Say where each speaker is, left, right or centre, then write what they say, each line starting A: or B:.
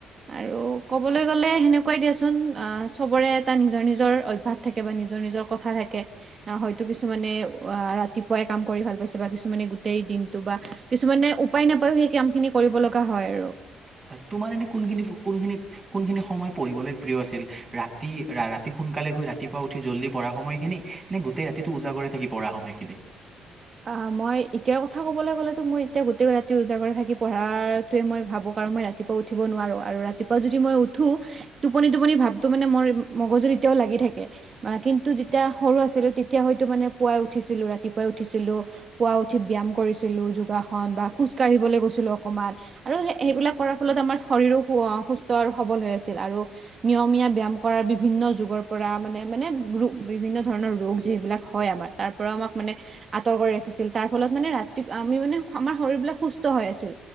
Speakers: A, on the right (about 40°); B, on the right (about 25°).
A: আৰু কবলৈ গ'লে সেনেকোৱাই দিয়াচোন আহ চবৰে এটা নিজৰ নিজৰ অভ্যাস থাকে বা নিজৰ -নিজৰ কথা থাকে অহ হয়তো কিছুমানে ৱা ৰাতিপুৱাই কাম কৰি ভাল পাইছে বা কিছুমানে গোটেই দিনটো বা কিছুমানে উপায় নাপায়ও সেই কাম খিনি কৰিব লগা হয় আৰু
B: হয় তোমাৰ এনে কোনখিনি কোনখিনি কোনখিনি সময় পঢ়িবলৈ প্ৰিয় আছিল ৰাতি ৰাতি সোনকালে গৈ ৰাতিপুৱা উঠি জল্দি পঢ়া সময়খিনি নে গোটেই ৰাতিটো ওজাগৰি থাকি পঢ়া সময়খিনি
A: অ', মই এতিয়াৰ কথা কবলৈ গ'লেতো মোৰ এতিয়া গোটেই ৰাতি উওজাগৰ থাকি পঢ়াৱে মই ভাবো। কাৰণ মই ৰাতিপুৱা উঠিব নোৱাৰোৱা। আৰু ৰাতিপুৱা যদি মই উঠো টোপনি -টোপনি ভাবটো মানে মোৰ মগজুত এতিয়াও লাগি থাকে। অ কিন্তু যেতিয়া সৰু আছিলো তেতিয়া হয়তো মানে পুৱাই উঠিছিলো ৰাতিপুৱাই উঠিছিলো পুৱা উঠি ব্যায়াম কৰিছিলো যোগাসন বা খোজ কাঢ়িবলৈ গৈছিলো অকমান আৰু সেইবিলাক কৰাৰ ফলত আমাৰ শৰীৰো সুস্থ আৰু সবল হৈ আছিল আৰু নিয়মীয়া ব্যায়াম কৰাৰ বিভিন্ন ন যুগৰ পৰা মানে -মানে ৰো বিভিন্ন ধৰণৰ ৰোগ যিবিলাক হয় আমাৰ তাৰ পৰা আমাক মানে আঁতৰ কৰি ৰাখিছিল তাৰ ফলত মানে ৰাতি আমি মানে আমাৰ শৰীৰ বিলাক সুস্থ হৈ আছিল